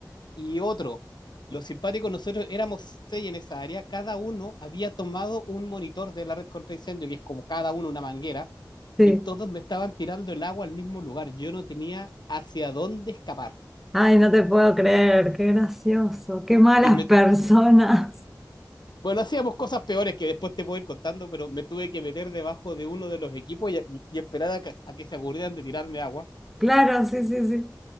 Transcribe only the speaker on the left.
y otro. Los simpáticos, nosotros éramos seis en esa área. Cada uno había tomado un monitor de la red contra incendio, que es como cada uno una manguera,
y todos me estaban tirando el agua al mismo lugar. Yo no tenía hacia dónde escapar.
Y me
Bueno, hacíamos cosas peores que después te puedo ir contando, pero me tuve que meter debajo de uno de los equipos y, y- y esperar a que, a que se aburrieran de tirarme agua.